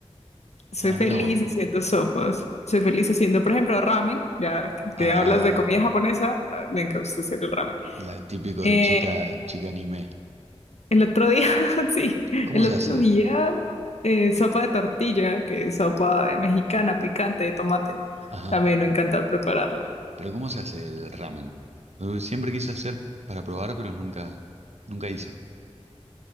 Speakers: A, on the left (about 80°); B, on the right (about 75°).
A: Soy
B: Ah,
A: feliz
B: mira vos.
A: haciendo sopas. Soy feliz haciendo, por ejemplo, ramen. Ya que, que
B: Ah,
A: hablas de comida japonesa, ah, me encanta hacer el ramen.
B: la típico
A: Eh,
B: de chica, chica anime.
A: el otro día, <laughs> sí,
B: ¿Cómo
A: el
B: se
A: otro
B: hace?
A: día, eh, sopa de tortilla, que es sopa de mexicana picante de tomate.
B: Ajá.
A: También me encanta prepararla.
B: Pero ¿cómo se hace el ramen? Eh, Siempre quise hacer para probar, pero nunca, nunca hice.